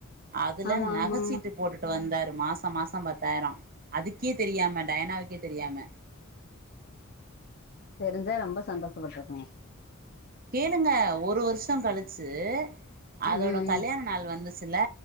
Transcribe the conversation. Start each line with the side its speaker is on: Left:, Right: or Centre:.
Right: அதுல
Left: ஆமா
Right: நகசீட்டு
Left: ஆமா
Right: போட்டுட் வந்தாரு மாச மாசோ பத்தாயிரோ அதுக்கே தெரியாம டயானாவுக்கே தெரியாம
Left: தெரிஞ்சா ரொம்ப சந்தோஷபட்ருக்கு
Right: கேளுங்க ஒரு வருஷோ கழிச்சு அதோட
Left: ம் ம்
Right: கல்யாண நாள் வந்துச்சுல